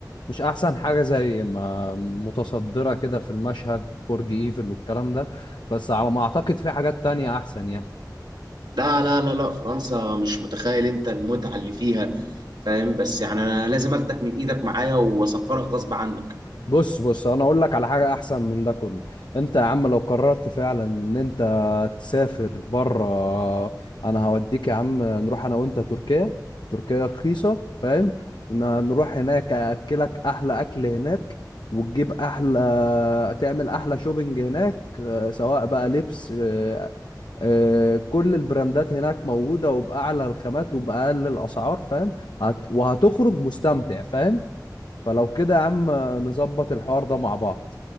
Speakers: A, on the left; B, on the right.
A: مش أحسن حاجة زي ما متصدرة كده في المشهد برج إيفل والكلام ده بس على ما أعتقد في حاجات تانية أحسن يعني
B: لا لا لا لا فرنسا مش متخيل أنت المتعة اللي فيها فاهم بس يعني أنا لازم أخدك من إيدك معايا وأسفرك غصب عنك
A: بص بص انا اقول لك على حاجه احسن من ده كله انت يا عم لو قررت فعلا ان انت تسافر بره انا هوديك يا عم نروح انا وانت تركيا تركيا رخيصه فاهم ونروح هناك اكلك احلى اكل هناك وتجيب احلى تعمل احلى شوبينج هناك آه، سواء بقى لبس آه، آه، كل البراندات هناك موجوده وباعلى الخامات وباقل الاسعار فاهم هت... وهتخرج مستمتع فاهم فلو كده يا عم نظبط الحوار ده مع بعض